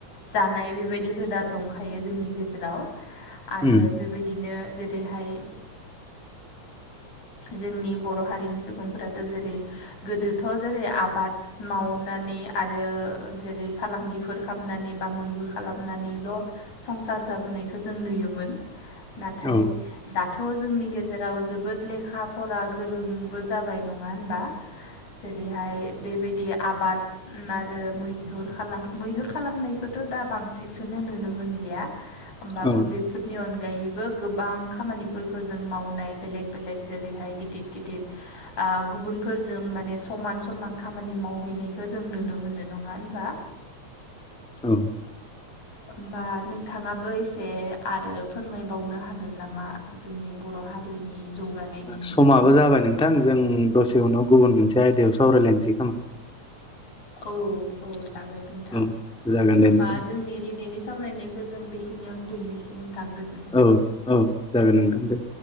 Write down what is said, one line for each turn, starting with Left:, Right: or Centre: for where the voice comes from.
Left: जानाय बेबायदि हुदा दंखायो जोंनि गेजेराव आरो
Centre: उम
Left: बेबायदिनो जेरैहाय जोंनि बर'हारिनि सुबुंफोराथ जेरै गोदोथ' जेरै आबाद मावनानै आरो जेरै फालांगिफोर खालामनानै बा मैहुर खालाम <unintelligible> नानैल' संसार जाबोनायखौ जों नुयोमोन नाथाय
Centre: औ
Left: दाथ' जोंनि गेजेराव जोबोद लेखा फरा गोरोंबो जाबाय नङा होनबा?
Centre: <inaudible>
Left: जेरैहाय बेबायदि आबाद आरो <unintelligible> मैहुर खालामनायखौथ' दा बां बांसिनखौनो नुनो मोनलिया होमबाबो
Centre: औ
Left: बे फोरनि अनगायैबो गोबां खामानिफोरखौ जों मावनाय बेलेक- बेलेक जेरैहाय गिदिर - गिदिर गुबुनफोरजों माने समान - समान खामानि मावहैनायखौ जों नुनो मोनो नङा होनबा?
Centre: औ।
Left: होमबा नोंथाङाबो एसे आरो फोरमायबावनो हागोन नामा? जोंनि बर' हारिनि जौगानायनि सोमोन्दै
Centre: समाबो जाबाय नोंथां जों दसे उनाव गुबुन मोनसे आयदायाव सावरायलायनोसै खोमा।
Left: औ औ जागोन नोंथां,
Centre: औ जागोन
Left: होमबा
Centre: दे नोंथां
Left: जोंनि दिनैनि सावरायनाय जों बेखिनियावनो दिनैसिम थांगोन
Centre: औ औ जागोन नोंथां दे।